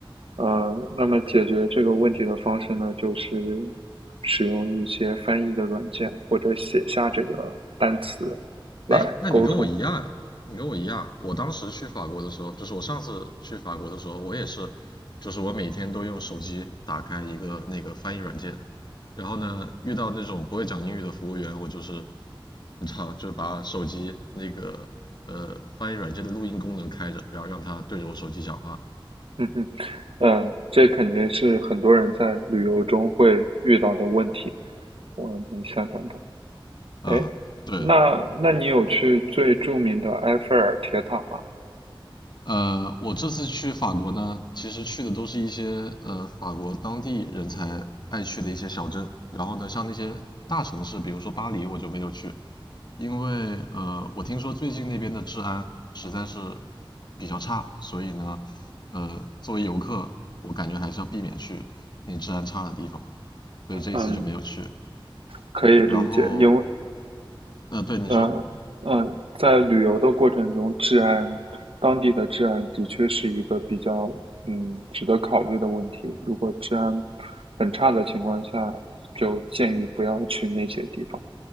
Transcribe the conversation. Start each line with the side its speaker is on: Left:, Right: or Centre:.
Right: 呃，那么解决这个问题的方式呢，就是使用一些翻译的软件或者写下这个单词来沟通。
Left: 哎，那你跟我一样啊，你跟我一样。我当时去法国的时候，就是我上次去法国的时候，我也是，就是我每天都用手机打开一个那个翻译软件，然后呢，遇到那种不会讲英语的服务员，我就是你知道，就是把手机那个呃翻译软件的录音功能开着，然后让他对着我手机讲话。
Right: 嗯哼，嗯，这肯定是很多人在旅游中会遇到的问题，我能想象到。
Left: 啊，
Right: 哎，
Left: 对，
Right: 那那你有去最著名的埃菲尔铁塔吗？
Left: 呃，我这次去法国呢，其实去的都是一些呃法国当地人才爱去的一些小镇。然后呢，像那些大城市，比如说巴黎，我就没有去，因为呃，我听说最近那边的治安实在是比较差，所以呢，呃，作为游客，我感觉还是要避免去那治安差的地方，所以这一次就没有去。
Right: 嗯，可以理解，
Left: 然后，
Right: 因为，
Left: 呃，对你说。
Right: 呃，嗯，在旅游的过程中，治安，当地的治安的确是一个比较，嗯，值得考虑的问题。如果治安很差的情况下，就建议不要去那些地方。